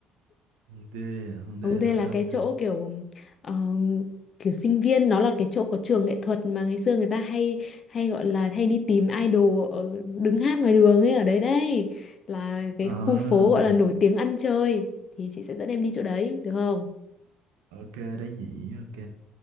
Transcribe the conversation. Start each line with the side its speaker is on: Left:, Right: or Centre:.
Right: Hòn Đê, à? Hòn Đê
Left: Hung Dae
Right: là ở
Left: là
Right: đâu
Left: cái
Right: cơ?
Left: chỗ kiểu ờm, kiểu sinh viên nó là cái chỗ có trường nghệ thuật mà ngày xưa người ta hay hay gọi là hay đi tìm idol ở, đứng hát ngoài đường ấy ở đấy đây là cái
Right: À,
Left: khu phố gọi là nổi tiếng ăn chơi thì chị sẽ dẫn em đi chỗ đấy được không
Right: ok, Đá Nhĩ, ok.